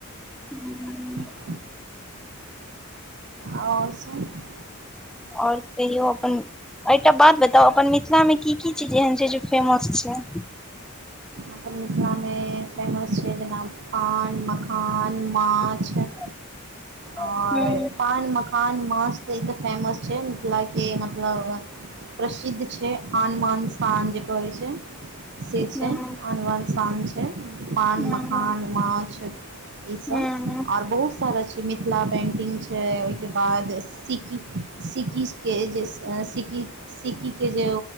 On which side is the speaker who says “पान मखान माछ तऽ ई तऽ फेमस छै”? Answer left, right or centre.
Right